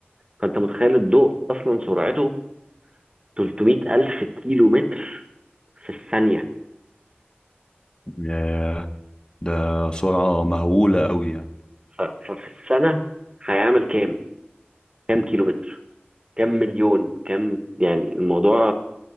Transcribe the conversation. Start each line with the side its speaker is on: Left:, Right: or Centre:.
Right: فأنت متخيل الضوء أصلا سرعته 300 ألف كيلو متر في الثانية
Left: ياه ده سرعة مهولة قوي يعني
Right: ف- ففي السنة هيعمل كام؟ كام كيلو متر؟ كام مليون؟ كام يعني الموضوع